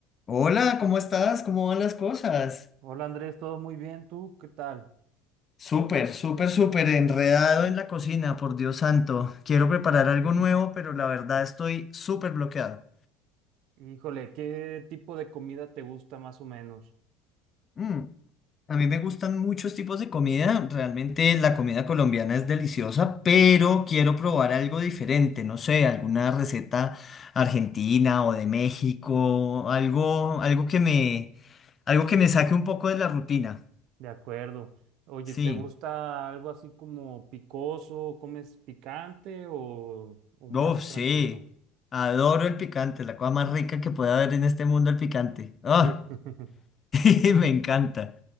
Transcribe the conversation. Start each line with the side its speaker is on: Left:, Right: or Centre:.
Left: Hola, ¿cómo estás? ¿Cómo van las cosas?
Right: Hola Andrés, todo muy bien, ¿tú qué tal?
Left: Súper, súper, súper enredado en la cocina, por Dios santo. Quiero preparar algo nuevo, pero la verdad estoy súper bloqueado.
Right: Híjole, ¿qué tipo de comida te gusta más o menos?
Left: Mm, A mí me gustan muchos tipos de comida. Realmente la comida colombiana es deliciosa, pero quiero probar algo diferente. No sé, alguna receta argentina o de México, algo, algo que me, algo que me saque un poco de la rutina.
Right: De acuerdo. Oye,
Left: Sí.
Right: ¿te gusta algo así como picoso? ¿Comes picante o, o más
Left: Uf,
Right: tranquilo?
Left: sí. Adoro el picante, la cosa más rica que puede haber en este mundo, el picante. Ah,
Right: Sí. <laughs>
Left: <laughs> me encanta.